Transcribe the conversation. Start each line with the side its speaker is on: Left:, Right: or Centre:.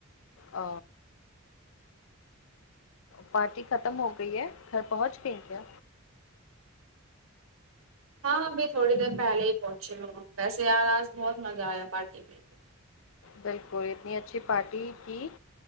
Left: ا پارٹی ختم ہو گئی ہے گھر پہنچ گئی کیا
Right: ہاں ابھی تھوڑی دیر پہلے ہی پہنچی ہوں ویسے یار آج بہت مزہ آیا پارٹی میں
Left: بالکل اتنی اچھی پارٹی کی